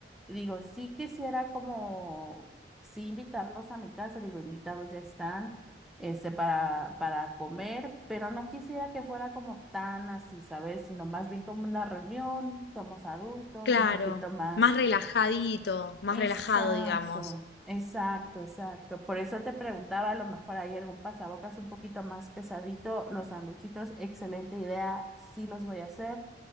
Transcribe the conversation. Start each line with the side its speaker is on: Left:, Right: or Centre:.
Centre: Digo, sí quisiera como, sí invitarlos a mi casa, digo, invitados ya están, este, para, para comer, pero no quisiera que fuera como tan así, ¿sabes? Sino más bien como una reunión, somos adultos,
Left: Claro,
Centre: un poquito más
Left: más relajadito, más
Centre: Exacto,
Left: relajado, digamos.
Centre: exacto, exacto. Por eso te preguntaba, a lo mejor hay algún pasabocas un poquito más pesadito, los sanduchitos, excelente idea, sí los voy a hacer.